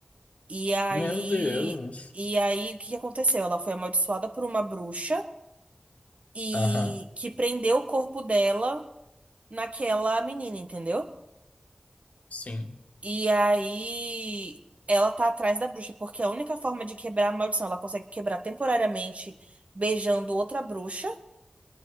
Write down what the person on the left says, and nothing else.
Meu Deus.
Aham,
sim.